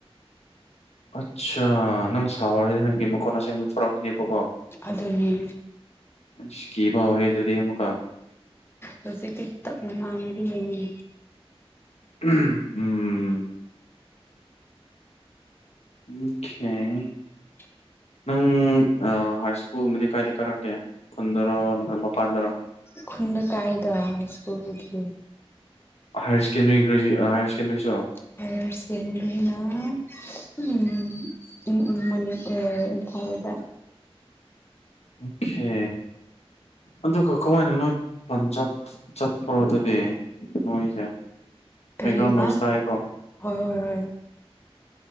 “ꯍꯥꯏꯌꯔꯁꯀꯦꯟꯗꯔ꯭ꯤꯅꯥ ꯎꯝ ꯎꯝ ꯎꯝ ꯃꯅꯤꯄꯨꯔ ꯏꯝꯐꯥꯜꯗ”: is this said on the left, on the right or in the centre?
Left